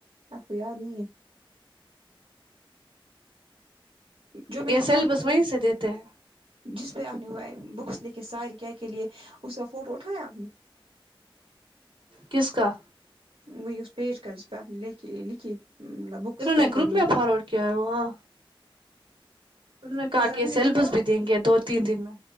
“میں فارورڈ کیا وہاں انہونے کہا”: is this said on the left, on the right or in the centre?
Right